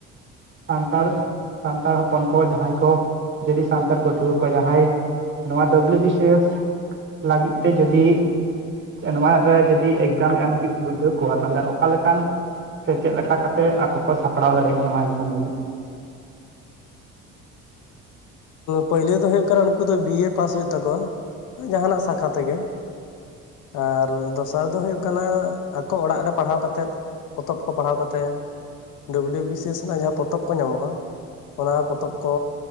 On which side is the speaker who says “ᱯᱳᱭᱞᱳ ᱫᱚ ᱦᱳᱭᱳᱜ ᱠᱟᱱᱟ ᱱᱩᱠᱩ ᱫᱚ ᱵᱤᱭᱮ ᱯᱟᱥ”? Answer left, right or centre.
Left